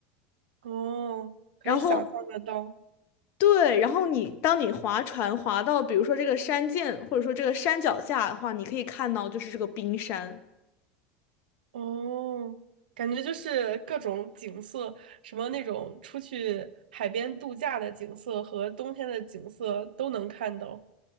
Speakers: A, on the right; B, on the left.
A: 哦，可以想象得到，
B: 然后 <laughs> 对，然后你当你划船划到，比如说这个山涧或者说这个山脚下的话，你可以看到就是这个冰山，
A: 哦，感觉就是各种景色，什么那种出去海边度假的景色和冬天的景色都能看到。